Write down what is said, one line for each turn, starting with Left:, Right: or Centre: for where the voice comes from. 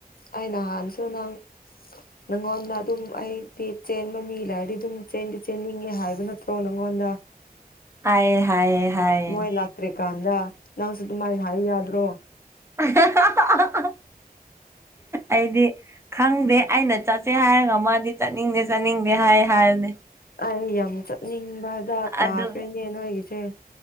Left: ꯑꯩ ꯅꯍꯥꯟꯁꯨ ꯅꯪ ꯅꯪꯉꯣꯟꯗ ꯑꯗꯨꯝ ꯑꯩꯗꯤ ꯆꯦꯟꯕ ꯃꯤ ꯂꯩꯔꯗꯤ ꯑꯗꯨꯝꯗꯤ ꯆꯦꯟꯅꯤꯡꯉꯦ ꯍꯥꯏꯕ ꯅꯠꯇ꯭ꯔꯣꯅ ꯑꯩꯪꯉꯣꯟꯗ
Right: ꯍꯥꯏꯌꯦ ꯍꯥꯏꯌꯦ ꯍꯥꯏꯌꯦ
Left: ꯃꯣꯏ ꯂꯥꯛꯇ꯭ꯔꯤ ꯀꯥꯟꯗ ꯅꯪꯁꯨ ꯑꯗꯨꯃꯥꯏꯅ ꯍꯥꯏ ꯌꯥꯗ꯭ꯔꯣ
Right: <inaudible> ꯑꯩꯗꯤ ꯈꯪꯗꯦ ꯑꯩꯅ ꯆꯠꯁꯦ ꯍꯥꯏꯔꯒ ꯃꯥꯗꯤ ꯆꯠꯅꯤꯡꯗꯦ ꯆꯠꯅꯤꯡꯗꯦ ꯍꯥꯏ ꯍꯥꯏꯕꯅꯦ
Left: ꯑꯩ ꯌꯥꯝ ꯆꯠꯅꯤꯡꯕꯗ ꯇꯥꯈ꯭ꯔꯦꯅꯦ
Right: ꯑꯗꯨ
Left: ꯅꯣꯏꯒꯤꯁꯦ